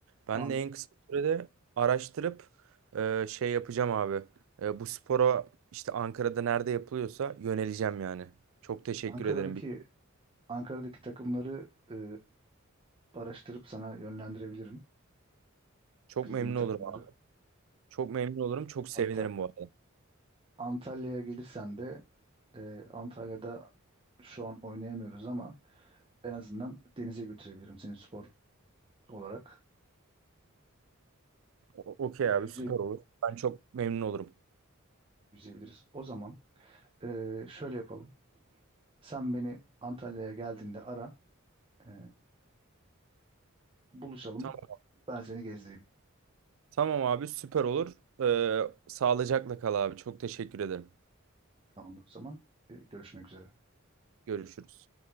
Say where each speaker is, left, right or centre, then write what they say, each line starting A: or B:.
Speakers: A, on the right; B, on the right.
A: Ben
B: An-
A: de en kısa sürede araştırıp e, şey yapacağım abi. E, bu spora işte Ankara'da nerede yapılıyorsa yöneleceğim yani. Çok teşekkür
B: Ankara'daki
A: ederim.
B: Ankara'daki takımları e, araştırıp sana yönlendirebilirim
A: Çok
B: bildiğim
A: memnun
B: takımları.
A: olurum abi. Çok memnun olurum. Çok sevinirim
B: Hatta
A: bu arada.
B: Antalya'ya gelirsen de e, Antalya'da şu an oynayamıyoruz ama en azından denize götürebilirim seni spor olarak.
A: O- Okey abi
B: Yüze,
A: süper olur. Ben çok memnun olurum.
B: yüzebiliriz. O zaman e, şöyle yapalım. Sen beni Antalya'ya geldiğinde ara, e, buluşalım.
A: Tamam,
B: Ben seni gezdireyim.
A: tamam abi süper olur. E, sağlıcakla kal abi. Çok teşekkür ederim.
B: Tamamdır o zaman. E, görüşmek üzere.
A: Görüşürüz.